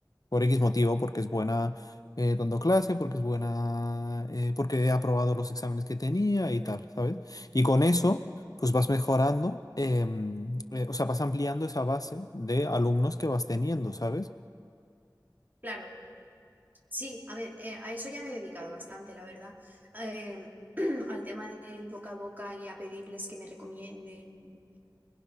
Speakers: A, on the left; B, on the right.
A: por X motivo, porque es buena eh, dando clase, porque es buena, eh, porque ha aprobado los exámenes que tenía y tal, ¿sabes? Y con eso, pues vas mejorando, em, eh, o sea, vas ampliando esa base de alumnos que vas teniendo, ¿sabes?
B: Claro. Sí, a ver, eh, a eso ya me he dedicado bastante, la verdad. Eh, <clears throat> al tema del boca a boca y a pedirles que me recomienden.